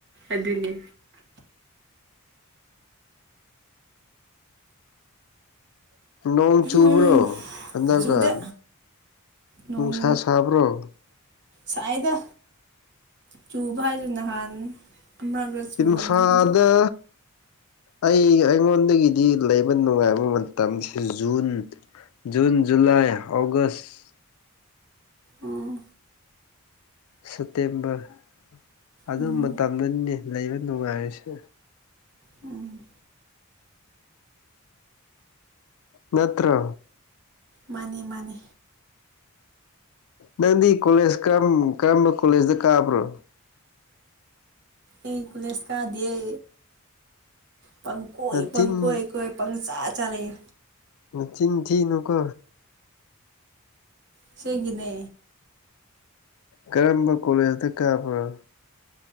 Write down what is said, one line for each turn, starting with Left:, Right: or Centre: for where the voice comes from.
Right: ꯑꯗꯨꯅꯤ
Left: ꯅꯣꯡ ꯆꯨꯕ꯭ꯔꯣ
Right: ꯎꯝ
Left: ꯍꯟꯗꯛꯀꯥꯟ
Right: ꯆꯨꯗꯦ ꯅꯣꯡ
Left: ꯅꯨꯡꯁꯥ ꯁꯥꯕ꯭ꯔꯣ
Right: ꯁꯥꯏꯗ ꯆꯨꯕ ꯍꯥꯏꯁꯦ ꯅꯍꯥꯟ ꯑꯃꯔꯛꯂ ꯆꯨꯔꯝꯅꯤ
Left: ꯏꯝꯐꯥꯗ
Right: ꯑꯗꯣ
Left: ꯑꯩ ꯑꯩꯉꯣꯟꯗꯒꯤꯗꯤ ꯂꯩꯕ ꯅꯨꯡꯉꯥꯏꯕ ꯃꯇꯝꯁꯦ June June July August
Right: um
Left: September ꯑꯗꯨ
Right: ꯎꯝ
Left: ꯃꯇꯝꯗꯅꯤꯅꯦ ꯂꯩꯕ ꯅꯨꯡꯉꯥꯏꯔꯤꯁꯦ
Right: ꯎꯝ
Left: ꯅꯠꯇ꯭ꯔꯣ
Right: ꯃꯥꯅꯦꯃꯥꯅꯦ
Left: ꯅꯪꯗꯤ ꯀꯣꯂꯦꯖ ꯀꯔꯝ ꯀꯔꯝꯕ ꯀꯣꯂꯦꯖꯇ ꯀꯥꯕ꯭ꯔꯣ
Right: ꯑꯩꯀꯣꯂꯦꯁꯀꯥꯗꯤꯌꯦ ꯄꯪ ꯀꯣꯏ
Left: ꯅꯆꯤꯟ
Right: ꯄꯪ ꯀꯣꯏ ꯀꯣꯏ ꯄꯪ ꯆꯥ ꯆꯥ ꯂꯩꯩꯌꯦ
Left: ꯅꯆꯤꯟ ꯊꯤꯅꯨꯀꯣ
Right: ꯑꯁꯦꯡꯒꯤꯅꯦ
Left: ꯀꯔꯝꯕ ꯀꯣꯂꯦꯖꯇ ꯀꯥꯕꯔ